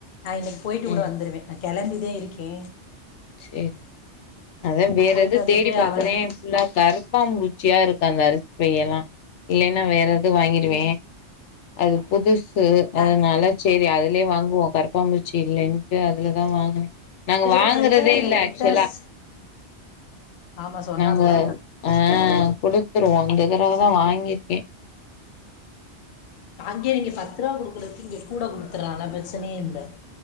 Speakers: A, on the left (about 55°); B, on the left (about 80°).
A: நா இன்னைக் போயிட்டு கூட
B: ம்
A: வந்துருவே நா கெளம்பிதே இருக்கே
B: சேரி அதே வேறெது
A: போயிட்டு வந்துட்டு
B: தேடி பாக்கறே
A: அவளை
B: ஃபுல்லா கருப்பாம் பூச்சியா இருக்கு அந்த அரிசி பை எல்லா இல்லேன்னா வேற து வாங்கிடுவே
A: இல்
B: அது புதுசு
A: நான்
B: அதுனால சேரி அதுலயே வாங்குவோ கருப்பாம்பூச்சி இல்லேன்ட்டு அதுல தா வாங்கினே நாங்க
A: சேரி
B: வாங்க
A: பிரச்சன
B: கறதே இல்ல
A: என்டஸ்
B: ஆக்சுவலா
A: ஆமா சொன்னாப்ல
B: நாங்க ஆ குடு த்துருவோ இந்த தரவ தா வாங்கீர்க்கே
A: அங்கே நீங்க பத்துரூவா குடுக்குறக்கு இங்க கூட குடுத்துறான்ல பிரச்சனையே இல்ல